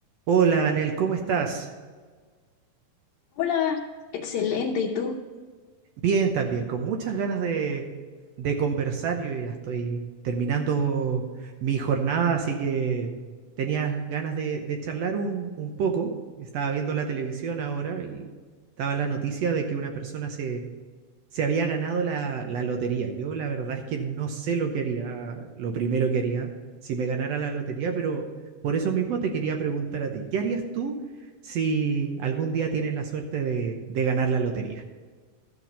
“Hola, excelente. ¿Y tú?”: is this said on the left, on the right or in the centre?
Left